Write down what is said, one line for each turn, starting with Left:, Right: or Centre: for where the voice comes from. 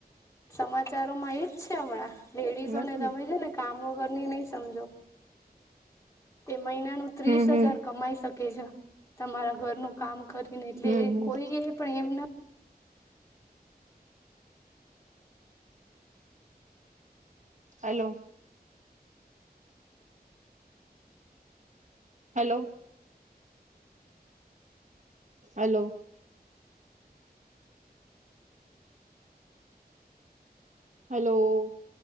Left: સમાચારોમાં એજ છે હમણાં લેડીસો
Right: નથી
Left: ને તમે છે ને કામ વગરની નહી સમજો એ મહિનાનું ત્રીસ
Right: હમ હમ
Left: હજાર કમાઈ શકે છે, તમારા ઘરનું કામ કરીને એટલે
Right: હમ હમ
Left: કોઈ એ પણ એમ ના
Right: હલો. હલો. હલો. હલો.